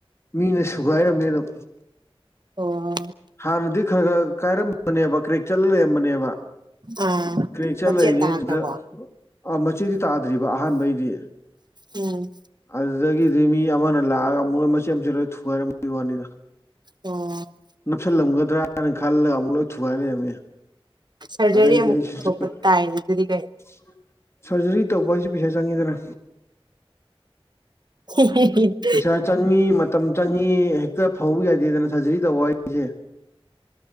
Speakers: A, on the left; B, on the right.
A: ꯃꯤꯅ ꯁꯨꯒꯥꯏꯔꯝꯃꯦ ꯑꯗꯨꯝ
B: ꯑꯣ
A: ꯍꯥꯟꯅꯗꯤ ꯈꯔꯒ ꯀꯥꯏꯔꯝꯕꯅꯦꯕ ꯀ꯭ꯔꯦꯛ ꯆꯠꯂ ꯂꯩꯔꯝꯕꯅꯦꯕ
B: ꯑꯥ
A: ꯀ꯭ꯔꯦꯛ ꯆꯠ
B: ꯃꯆꯦꯠ
A: ꯂꯩꯔꯤꯉꯩꯗꯨꯗ
B: ꯇꯥꯈ꯭ꯔꯕꯣ
A: ꯑ ꯃꯆꯦꯠꯗꯤ ꯇꯥꯗ꯭ꯔꯤꯕ ꯑꯍꯥꯟꯕꯩꯗꯤ
B: ꯎꯝ
A: ꯑꯗꯨꯗꯒꯤꯗꯤ ꯃꯤ ꯑꯃꯅ ꯂꯥꯛꯑꯒ ꯑꯃꯨꯛ ꯃꯆꯦꯠ ꯃꯆꯦꯠ ꯂꯣꯏ ꯊꯨꯔꯝꯒꯤ ꯋꯥꯅꯤꯅ
B: ꯑꯣ
A: ꯅꯞꯁꯜꯂꯝꯒꯗ꯭ꯔꯥꯅ ꯈꯜꯂꯒ ꯑꯃꯨꯛ ꯂꯣꯏ ꯊꯨꯒꯥꯏ ꯂꯩꯔꯝꯃꯦ
B: ꯁꯔꯖꯔꯤ
A: ꯑꯗꯩꯗꯤ
B: ꯑꯃꯨꯛ
A: ꯑꯩꯁꯨ
B: ꯇꯧꯊꯣꯛꯄ
A: ꯁꯔꯖꯔꯤ
B: ꯇꯥꯏꯅꯦ ꯑꯗꯨꯗꯤ
A: ꯇꯧꯕ ꯍꯥꯏꯖꯦ ꯄꯩꯁꯥ ꯆꯪꯉꯤꯗꯅ
B: <unintelligible>
A: ꯄꯩꯁꯥ ꯆꯪꯉꯤ ꯃꯇꯝ ꯆꯪꯏ ꯍꯦꯛꯇ ꯐꯧꯕ ꯌꯥꯗꯦꯗꯅ ꯁꯔꯖꯔꯤ ꯇꯧꯕ ꯍꯥꯁꯦ